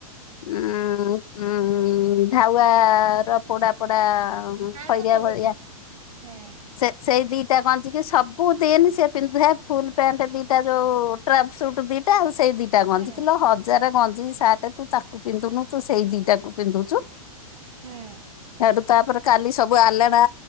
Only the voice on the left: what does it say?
ଉଁ ଉଁ ଧାଉଆ ର ପୋଡା ପୋଡ଼ା
ଖଇରିଆ
ଭଳିଆ
ସେ ସେଇ ଦିଟା ଗଞ୍ଜିକି ସବୁ ଦିନ୍ ସେ ପିନ୍ଧେ। ଫୁଲ ପ୍ୟାଣ୍ଟ ଦିଟା ଯୋଉ ଟ୍ରାପ ସୁଟ ଦିଟା ଆଉ ସେଇ ଦିଟା
ଗଞ୍ଜି କିଲ ହଜାର ଗଞ୍ଜି ସାର୍ଟ ତୁ ତାକୁ ପିନ୍ଧୁନୁ ତୁ ସେଇ ଦିଟାକୁ ପିନ୍ଧୁଚୁ।
ଆଠୁ ତାପରେ କାଲି ସବୁ ଆଲଣା